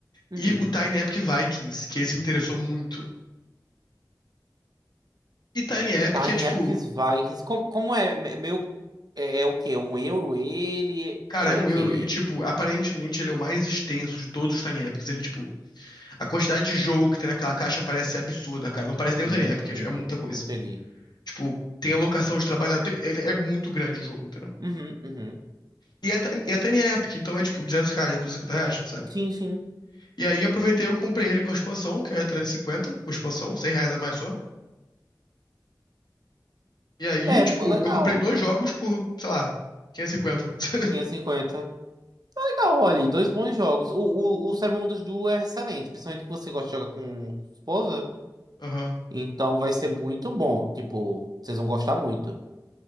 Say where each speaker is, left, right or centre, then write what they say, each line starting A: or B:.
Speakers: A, on the right; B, on the left.
A: Uhum.
B: E o Tiny Epic Vikings, que esse me interessou muito. E Tiny Epic
A: Tiny
B: é tipo.
A: Epics Vikings. Como, como é? Me- Meio. É, é o quê? Um euro ele?
B: Cara,
A: É
B: é
A: o
B: um
A: quê?
B: euro. E, tipo, aparentemente ele é o mais extenso de todos os Tiny Epics. Ele, tipo, a quantidade de jogo que tem naquela caixa parece ser absurda, cara. Não parece nem
A: Hum,
B: um Tiny Epic, é, tipo, é muita coisa.
A: entendi.
B: Tipo, tem alocação de trabalhador. tem- É, é muito grande o jogo, entendeu?
A: Uhum, uhum.
B: E é, ta- e é Tiny Epic, então é tipo 200 reais, 250 reais, sabe?
A: Sim, sim.
B: E aí eu aproveitei, eu comprei ele com a expansão, que era 350 com a expansão, 100 reais a mais só. E aí,
A: É,
B: tipo,
A: pô, legal.
B: eu comprei dois jogos por, sei lá, 550. <laughs>
A: quinhentos e cinquenta Legal, olha aí, dois bons jogos. O, o, o Seven Wonders Duel é excelente, principalmente que você gosta de jogar com esposa.
B: Aham.
A: Então vai ser muito bom. Tipo, vocês vão gostar muito.